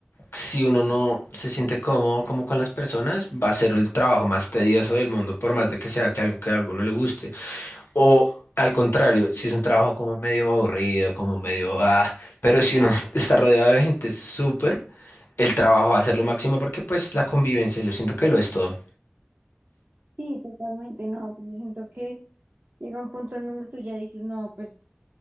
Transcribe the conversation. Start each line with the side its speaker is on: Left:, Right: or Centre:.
Left: si uno no se siente cómodo como con las personas, va a ser el trabajo más tedioso del mundo, por más de que sea que algo que a alguno le guste. O al contrario, si es un trabajo como medio aburrido, como medio ah, pero si uno <laughs> está rodeado de gente súper, el trabajo va a ser lo máximo porque pues la convivencia yo siento que lo es todo.
Right: Sí, totalmente, no, pues yo siento que llega un punto en donde tú ya dices, no, pues